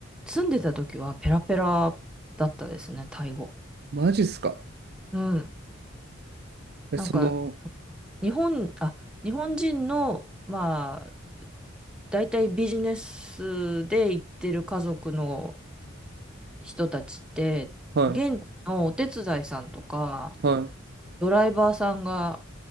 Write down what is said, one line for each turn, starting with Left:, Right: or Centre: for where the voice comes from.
Centre: 住んでた時はペラペラだったですね、タイ語。
Right: マジっすか
Centre: うん。
Right: え、
Centre: なんか、
Right: その、
Centre: 日本、あ、日本人の、まあ、大体ビジネスで行ってる家族の人たちって、
Right: は
Centre: 現地のお手伝いさんとか、
Right: い、は
Centre: ドライバーさんが、